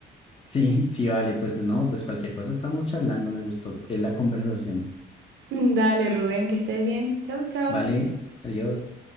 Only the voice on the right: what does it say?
<laughs> Dale, Rubén, que estés bien. Chau, chau.